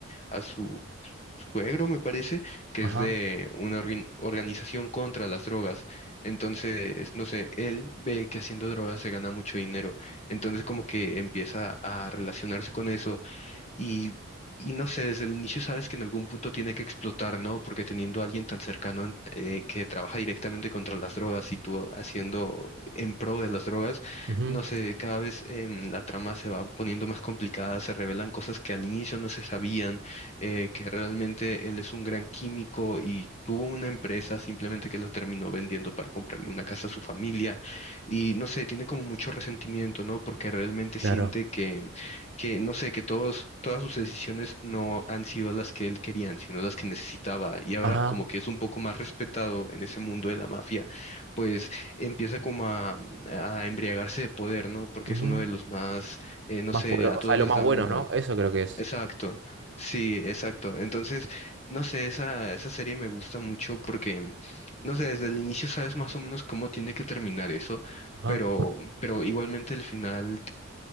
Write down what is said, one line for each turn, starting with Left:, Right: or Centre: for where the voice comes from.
Left: a su suegro, me parece, que
Right: ajá.
Left: es de una organ- organización contra las drogas. Entonces, no sé, él ve que haciendo drogas se gana mucho dinero. Entonces como que empieza a relacionarse con eso y, y no sé, desde el inicio sabes que en algún punto tiene que explotar, ¿no? Porque teniendo a alguien tan cercano eh, que trabaja directamente contra las drogas y tú haciendo en pro de las drogas,
Right: ujú,
Left: no sé, cada vez em, la trama se va poniendo más complicada, se revelan cosas que al inicio no se sabían, eh, que realmente él es un gran químico y... Tuvo una empresa simplemente que lo terminó vendiendo para comprarle una casa a su familia y no sé, tiene como mucho resentimiento, ¿no? Porque realmente
Right: claro.
Left: siente que, que no sé, que todos, todas sus decisiones no han sido las que él quería, sino las que necesitaba. Y ahora
Right: Ajá,
Left: como que es un poco más respetado en ese mundo de la mafia, pues empieza como a, mm, a embriagarse de poder, ¿no? Porque
Right: ujú.
Left: es uno de los más, eh, no
Right: Más
Left: sé,
Right: poderoso.
Left: a todos
Right: O sea, lo
Left: les
Right: más
Left: da
Right: bueno,
Left: miedo.
Right: ¿no? Eso creo que es.
Left: Exacto, sí, exacto. Entonces, no sé, esa, esa serie me gusta mucho porque, no sé, desde el inicio sabes más o menos cómo tiene que terminar eso,
Right: Ajá.
Left: pero, pero igualmente el final